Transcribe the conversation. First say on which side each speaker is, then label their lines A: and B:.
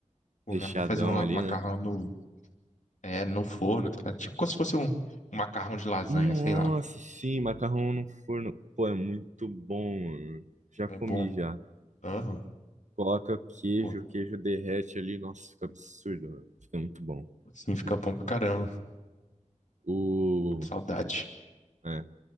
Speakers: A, on the left; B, on the right.
A: Pô,
B: Recheadão
A: minha mãe fazia um la-
B: ali,
A: um macarrão
B: né?
A: no, é, no forno, tá ligado? Tipo como se fosse um, um macarrão de lasanha,
B: Nossa,
A: sei lá.
B: sim, macarrão no forno. Pô, é muito bom, mano. Já
A: É
B: comi
A: bom.
B: já.
A: Aham,
B: Coloca queijo,
A: pô.
B: o queijo derrete ali. Nossa, fica absurdo, mano. Fica muito bom.
A: Sim,
B: Muito
A: fica
B: bom.
A: bom pra caramba.
B: O...
A: Muito saudade.
B: É.